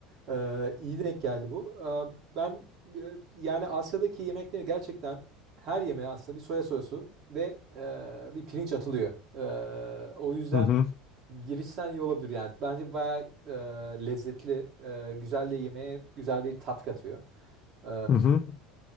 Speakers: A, on the right (about 55°); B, on the left (about 45°).
A: Ee, iyi denk geldi bu. Ee, ben e, yani Asya'daki yemekleri gerçekten her yemeğe aslında bir soya sosu ve e, bir pirinç atılıyor. Ee, o yüzden
B: Hı hı.
A: girişten iyi olabilir yani. Bence bayağı e, lezzetli, e, güzel de yemeğe güzel bir tat katıyor. Ee,
B: Hı hı.